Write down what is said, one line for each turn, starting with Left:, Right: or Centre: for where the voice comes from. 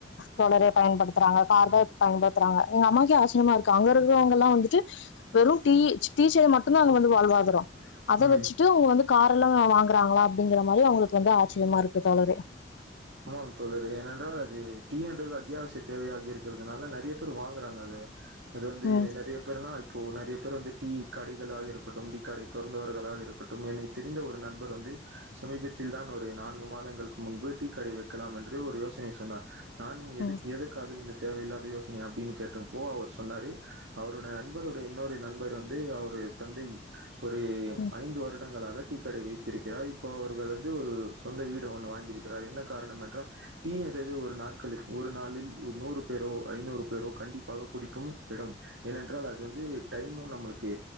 Left: தொடர பயன்படுத்த ங்க கார
Right: ம்
Left: தான் பயன்படுத்துறாங்க எங்க அம்மாக்கு ஆச்சரியமா இருக்கு அங்க இருவங்க வந்துட்டு வெறும் டீ ச்ச <unintelligible> மட்டும்தான் அங்க வந்து வாழ்வாதிரோ அத
Right: ம்
Left: வச்சுட்டு அவுங்க வந்து கார எல்லாம் வாங்குறாங்களா அ அப்படிங்கற மாரி அவங்களுக்கு வந்து ஆச்சரியமா இருக்கு தோழரே
Right: ஆம தோழரரே ஏனென்றால் அது டீன்றது அத்தியாவசிய தேவையாகி இருக்கிறதுனால நெறைய பேரு வாங்குறாங்க அது அது வந்து
Left: ம்
Right: நிறைய பேருனா இப்போ நிறைய பேர் வந்து தீ கடைகளாக இருக்கட்டு கடை தோறந்தவர்களாக பட்டும் எனக்கு தெரிந்த ஒரு நண்பர் வந்து சமீபத்தில்தா ஒரு நான்கு மாதங்களுக்கு முன்பு டீ கடை வைக்கலாம் என்று ஒரு யோசனை சொன்னார் நானும் எது
Left: ம்
Right: எதற்காக இந்த தேவையில்லாத யோசனைைய அப்படின்னு கேட்டப்போ அவர் சொன்னாரு அவருடைய நண்பருடைய இன்னொரு நண்பர் வந்து அவரு தந்தை ஒரு
Left: ம்
Right: ஐந்து வருடங்களாக கடை வைத்திருக்கிறார் இப்போ அவர்கள் வந்து ஒரு சொந்த வீட ஒன்று வாங்கியிருக்க க்க என்ன காரணம் என்றால் டீ என்றது ஒரு நாட்க ஒரு நாளில் நூறு பேரோ ஐநூறு பேரோ கண்டிப்பாக குடிக்கும் இடம் ஏனென்றால் அது வந்து டைமும் நம்மளுக்கு